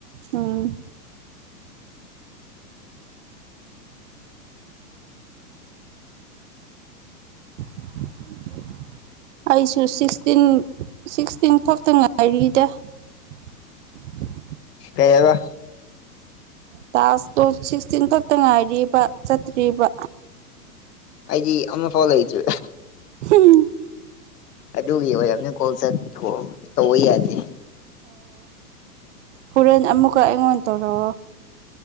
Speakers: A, on the right (about 50°); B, on the left (about 75°).
A: ꯎꯝ ꯑꯟꯑꯣꯗꯤꯕꯜ ꯑꯩꯁꯨ ꯁꯤꯛꯁꯇꯤꯟ ꯁꯤꯛꯁꯇꯤꯟ ꯊꯣꯛꯇ ꯉꯥꯏꯔꯤꯗ ꯑꯟꯑꯣꯗꯤꯕꯜ
B: ꯀꯩ ꯍꯥꯢꯕ
A: ꯇꯥꯁ ꯇꯨ ꯁꯤꯛꯁꯇꯤꯟ ꯈꯛꯇ ꯉꯥꯏꯔꯤꯕ ꯆꯠꯇ꯭ꯔꯤꯕ
B: ꯑꯩꯖꯤ ꯑꯃꯃ ꯐꯜ ꯍꯆ
A: ꯊꯤꯟ
B: ꯀꯒꯤ ꯀꯣ ꯇ ꯌꯥꯗꯦ
A: ꯍꯣꯔꯅ ꯑꯃꯃꯨꯀ ꯏꯉꯣꯟ ꯇꯔꯣ